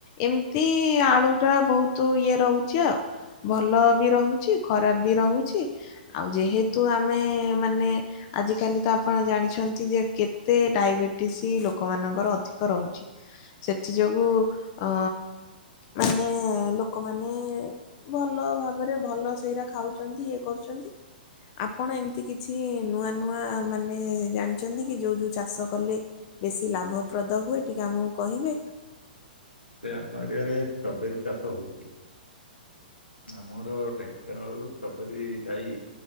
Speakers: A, on the left; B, on the left.
A: ଏମିତି ଆଳୁ ଟା ବହୁତ ଇଏ ରହୁଛି ଆଉ। ଭଲ ବି ରହୁଛି ଖରାପ ବି ରହୁଛି ଆଉ ଯେହେତୁ ଆମେ ମାନେ ଆଜିକାଲି ତ ଆପଣ ଜାଣିଛନ୍ତି ଯେ କେତେ ଡାଇବେଟିସ୍ ଲୋକମାନଙ୍କର ଅଧିକ। ରହୁଛି। ସେଥି ଯୋଗୁ ଅ ମାନେ ଲୋକମାନେ ଭଲ ଭାବରେ ଭଲ ସେଇରା ଖାଉଛନ୍ତି ଇଏ କରୁଛନ୍ତି। ଆପଣ ଏମିତି କିଛି ନୂଆ ନୂଆ ମାନେ ଜାଣିଛନ୍ତି କି ଯୋଉ ଯୋଉ ଚାଷ କଲେ ବେଶୀ ଲାଭପ୍ରଦ ହୁଏ ଟିକେ ଆମକୁ କହିବେ।
B: ଯେ ଆମ ଏରିଆରେ ଷ୍ଟ୍ରବେରୀ ଚାଷ ହେଉଛି ଆମର ଢେ ଙ୍କାନାଳରୁ ବେରୀ ଗାଈ